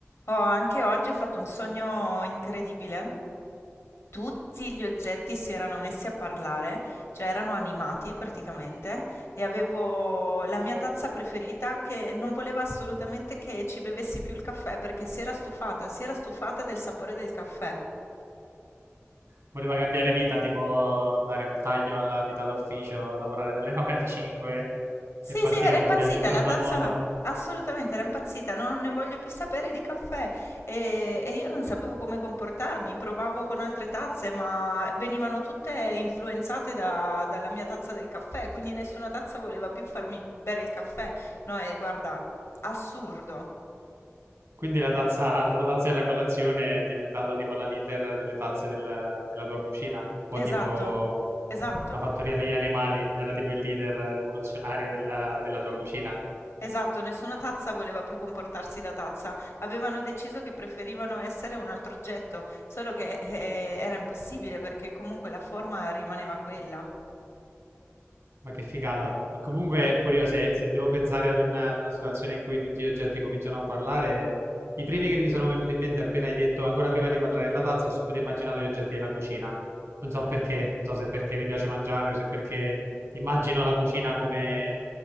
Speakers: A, on the left; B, on the right.
A: Oh, anche oggi ho fatto un sogno incredibile. Tutti gli oggetti si erano messi a parlare, cioè erano animati praticamente, e avevo la mia tazza preferita che non voleva assolutamente che ci bevessi più il caffè perché si era stufata, si era stufata del sapore del caffè.
B: Voleva cambiare vita, tipo dare un taglio alla vita da ufficio, lavorare dalle <laughs> 9 alle 5
A: Sì,
B: e partire
A: sì, era
B: per
A: impazzita
B: un viaggio intorno
A: la tazza,
B: al mondo.
A: assolutamente era impazzita, non ne voglio più sapere di caffè. E, e io non sapevo come comportarmi, provavo con altre tazze, ma venivano tutte influenzate da- dalla mia tazza del caffè, quindi nessuna tazza voleva più farmi bere il caffè. No, e guarda, assurdo.
B: Quindi la tazza, la tua tazza della colazione è diventata tipo la leader delle tazze della, della tua cucina, un po' tipo
A: Esatto, esatto.
B: la fattoria degli animali, era tipo il leader rivoluzionario della, della tua cucina.
A: Esatto, nessuna tazza voleva più comportarsi da tazza, avevano deciso che preferivano essere un altro oggetto, solo che eh, era impossibile perché comunque la forma rimaneva quella.
B: Ma che figata. E comunque, pure io, se, se devo pensare ad una, ad una situazione in cui tutti gli oggetti cominciano a parlare, i primi che mi sono venuti in mente appena hai detto, ancora prima di parlare della tazza, ho subito immaginato gli oggetti della cucina. Non so perché, non so se perché mi piace mangiare o se perché immagino la cucina come